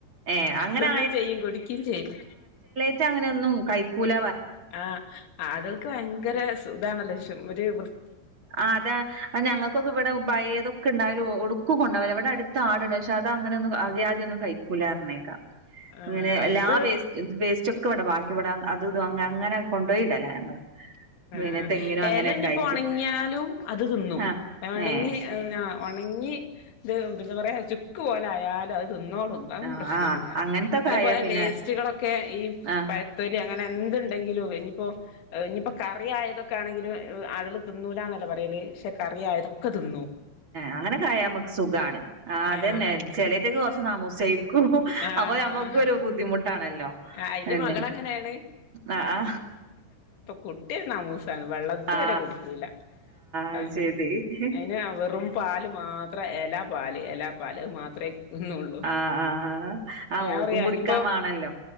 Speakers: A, on the right; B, on the left.
A: ഏ അങ്ങനെ
B: തിന്നും ചെയ്യും കുടിക്കയും ചെയ്യും
A: മ അനൊന്നും കൈക്കൂല
B: ആഹ ആകൾക്ക് ഭയങ്കര സുഖാണല്ലോ ഒരു വൃ
A: ആ് അതാ അത് ഞങ്ങൾക്കൊക്കെ ഇവിടെ ഭയതൊക്കെ ഉണ്ടായാലും ഒടുക്കും കൊണ്ടാവലോ ഇവിടെ അടു അത്ത ആടണ്ട് പക്ഷെ അത അങ്ങനെ ഒന്നും അതി ആദ്യം ഒന്ന കിക്കൂലരുന്നേക്കാ
B: ആഹ്
A: അങ്ങനെ എല്ല
B: ഇത്
A: ആ വേസ് വേസ്റ്റ് ഒക്ക ഇവിടെ ബാക്കി ഇവിടെ അത് ഇത അ അങ്ങനെ കൊണ്ടപോയിട്ടല്ല ഞങ്ങള്
B: ആ
A: പിന്നെ തെങ്ങിനും അങ്ങനെയൊക്കെ
B: ഏലഞ്ഞിപ്പോ
A: ആയിട്ട്
B: ഉണങ്ങിയാലും അത് തിന്നും
A: ആ
B: ഉണങ്ങി
A: ഏ
B: ഉണങ്ങി ഇത് എന്താ പറയാ ചുക്ക് പോലൊയാലും അത് ' തിന്നോളും അതൊന്നും
A: ആ
B: പ്രശ്നല്ല
A: ആ അങ്ങനത്തൊക്കെ
B: അതേപോലെ
A: ആയാ പിന്നെ
B: വേസ്റ്റുകളൊക്കെ ഈ
A: ആ
B: പഴത്തൊലി അങ്ങനെ എൻ ന്ത്ഇണ്ടെങ്കിലും എഞിപ്പോ ഇനിയിപ്പോ കറി ആയതൊക്കെ ആണെങ്കിലും ആളകള് തിന്നൂല ന്ന്പറയല് പക്ഷെ കറി ആയതൊക്കെ തിന്നു
A: അങ്ങനെക്കെക്കായമക്ക് സുഖമാണ് അതന്നെ
B: ആഹ്
A: ചെലറ്റക്കെ കുറച്ച് നാമൂസായിരിക്കും
B: ആഹ്
A: അപ്പൊ ഞമ്മുക്കൊരു ബുദ്ധിമുട്ടാണല്ലോ
B: ആ അയിന്റെ
A: പിന്നെ
B: മകൾ അങ്ങനെയാണ്
A: ആ ആ
B: കുട്ടിയന്നാമൂസാണ് വെള്ളതു
A: ആ
B: വരെ കുടിക്കൂല
A: അത്
B: ആ
A: ശരി
B: അയിന വെറും പാ ല് മാത്ര എലാ പാല് എലാ പാല് അത് മാത്ര തിന്നുള്ളു
A: ആഹ് ആഹ് ആഹ്
B: ഞാൻ
A: ഓൽക്കും
B: പറിയ
A: കുടിക്കാൻ
B: ഇനിപ്പോ
A: വാണല്ലോ